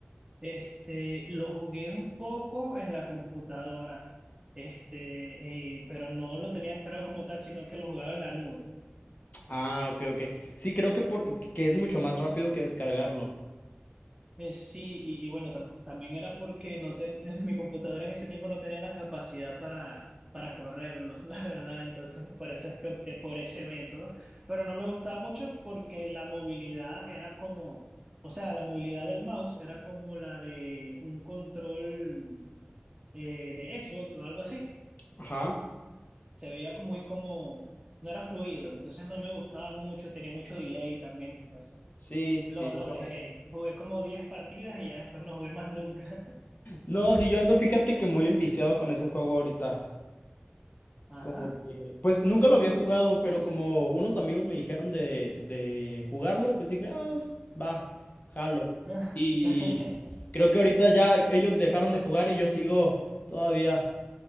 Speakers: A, on the right (about 15°); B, on the left (about 45°).
A: Este, lo jugué un poco en la computadora, este, eh, pero no lo tenía descargado como tal, sino que lo jugaba en la nube.
B: Ah, ok, ok. Sí, creo que, por, que es mucho más rápido que descargarlo.
A: Eh, sí, y, y bueno, tam- también era porque no ten- <laughs> mi computadora en ese tiempo no tenía la capacidad para, para correrlo, <laughs> la verdad. Entonces, por eso es que opté por ese método. Pero no me gustaba mucho porque la movilidad era como, o sea, la movilidad del mouse era como la de un control eh, de Xbox o algo así.
B: Ajá.
A: Se veía como- muy como, no era fluido. Entonces, no me gustaba mucho, tenía mucho delay también. Entonces,
B: Sí, sí,
A: lo,
B: sí.
A: lo
B: sí puede.
A: dejé. Jugué como 10 partidas y ya después no jugué más nunca.
B: No, sí, yo ando, fíjate que muy enviciado con ese juego ahorita.
A: Ajá.
B: Como que, pues nunca lo había jugado, pero como unos amigos me dijeron de, de jugarlo, pues dije, ah, va, jalo.
A: <laughs>
B: Y creo que ahorita ya ellos dejaron de jugar y yo sigo todavía,